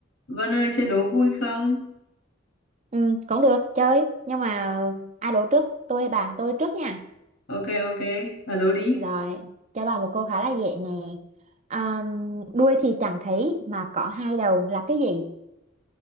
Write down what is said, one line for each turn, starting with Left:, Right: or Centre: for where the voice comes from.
Left: Vân ơi chơi đố vui không?
Right: Ừ, cũng được chơi nhưng mà ai đổ trước tôi hay bà tôi trước nha
Left: Ok ok, là đố đi.
Right: rồi cho bà một câu khá là dễ nè à, đuôi thì chẳng thấy mà có hai đầu là cái gì